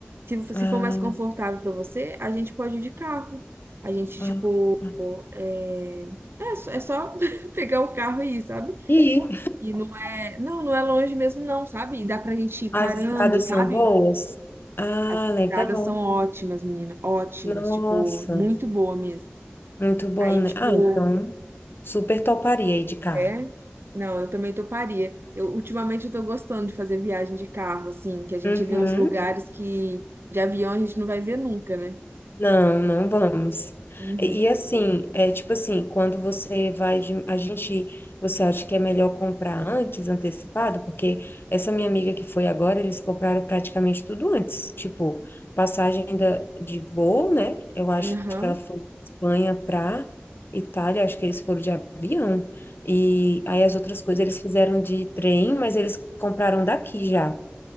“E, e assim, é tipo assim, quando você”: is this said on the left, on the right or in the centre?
Left